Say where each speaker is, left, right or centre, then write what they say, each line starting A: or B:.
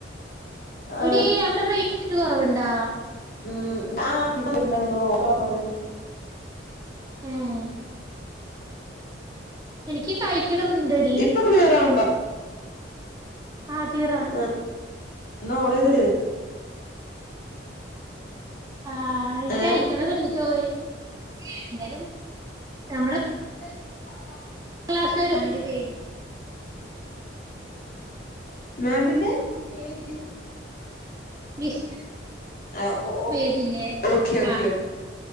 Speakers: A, on the left (about 50°); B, on the right (about 20°).
A: ആഹ്
B: എടി അവിടെ റൈഞ്ചിന്റെ കുറവുണ്ടാ
A: ഉം പിന്നെണ്ടായിരുന്നു ഓഡറാണ് പറയണത്
B: ഏഹ് എനിക്ക് കഴിക്കണംന്ന്ണ്ടടി
A: ഇപ്പൊ ക്ലിയർ ആവുണ്ടോ
B: ആഹ് ക്ലിയർ ആണ്
A: ആഹ് എന്നാ ഓടയ്തിട്ട്
B: ആഹ് എനി
A: ഏഹ്
B: കഴിക്കണണ്ട ചോയി എന്തായാലും നമ്മ
A: <unintelligible>
B: ക്ലാസ് വും മാമിന്റെ പേജ്
A: മാമിന്റെ പേജ്
B: വിസ്
A: ആഹ് ഓ ഓ
B: പേജില്ലേ
A: ഓക്കെ ഓക്കെ
B: ആഹ്
A: ഓക്കെ